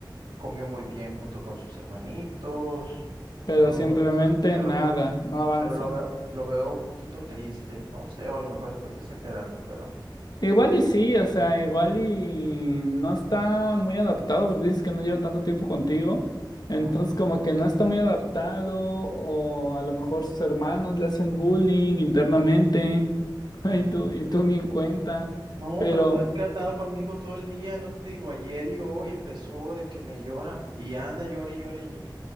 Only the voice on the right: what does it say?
comió muy bien junto con sus hermanitos,
pero lo,
no- pero,
pero lo veo, lo veo un poquito triste, no sé, o a lo mejor estoy exagerando, pero
no.
ujú.
No,
pero pues es que ha andado conmigo todo el día, no te digo, ayer y hoy empezó de que me llora y anda, llora y llora y,